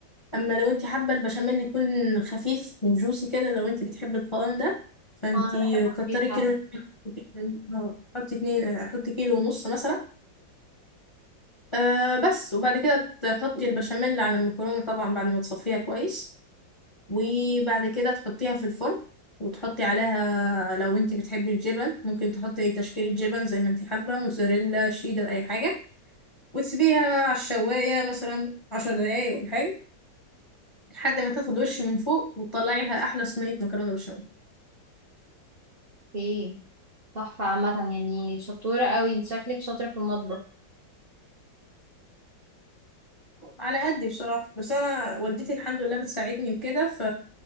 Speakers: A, on the left; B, on the right.
A: أما لو انتي حابة البشاميل يكون خفيف وجوسي كده لو انتي بتحبي القوام ده فانتي
B: اه انا بحبه
A: كتري
B: خفيف فعلا
A: كيلو لبن. آه، حطي اتنين حطي كيلو ونص مثلا آه بس وبعد كده تحطي البشاميل على المكرونة طبعا بعد ما تصفيها كويس وبعد كده تحطيها في الفرن وتحطي عليها لو انت بتحبي الجبن ممكن تحطي تشكيلة جبن زي ما انت حابة موتزاريلا شيدر اي حاجة وتسيبيها على الشواية مثلا عشر دقايق ولا حاجة لحد ما تاخد وش من فوق وتطلعيها أحلى صينية مكرونة بالبشاميل
B: ايه تحفة عامة يعني شطورة قوي انت شكلك شاطرة في المطبخ
A: على قدي بصراحة بس أنا والدتي الحمد لله بتساعدني وكده ف